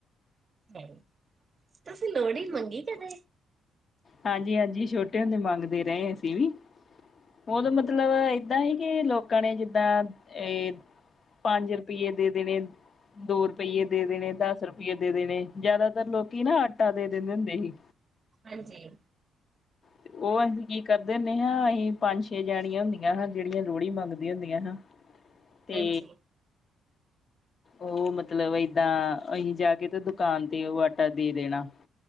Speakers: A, on the right; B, on the left.
A: ਹੈ, ਤੁਸੀਂ ਲੋਹੜੀ ਮੰਗੀ ਕਦੇ?
B: ਹਾਂਜੀ -ਹਾਂਜੀ ਛੋਟੇ ਹੁੰਦੇ ਮੰਗਦੇ ਰਹੇ ਅਸੀਂ ਵੀ, ਓਦੋ ਮਤਲਬ ਏਦਾਂ ਈ ਕਿ ਲੋਕਾਂ ਨੇ ਜਿੱਦਾਂ ਏ ਪੰਜ ਰੁਪਈਏ ਦੇ ਦੇਣੇ ਦੋ ਰੁਪਈਏ ਦੇ ਦੇਣੇ, ਦਸ ਰੁਪਈਏ ਦੇ ਦੇਣੇ, ਜਿਆਦਾਤਰ ਲੋਕੀਂ ਹਨਾ ਆਟਾ ਦੇ ਦਿੰਦੇ ਹੁੰਦੇ ਸੀ।
A: ਹਾਂਜੀ।
B: ਤੇ ਓ ਅਸੀਂ ਕੀ ਕਰਦੇ ਹੁੰਨੇ ਹਾਂ ਅਸੀਂ ਪੰਜ ਛੇ ਜਾਣੀਆਂ ਹੁੰਦੀਆਂ ਹਾਂ ਜੇੜੀਆਂ ਲੋਹੜੀ ਮੰਗਦੀਆਂ ਹੁੰਦੀਆਂ ਹਾਂ। ਤੇ
A: ਹਾਂਜੀ
B: ਓ ਮਤਲਬ ਏਦਾਂ, ਅਸੀਂ ਜਾ ਕੇ ਤੇ ਦੁਕਾਨ ਤੇ ਓ ਆਟਾ ਦੇ ਦੇਣਾ।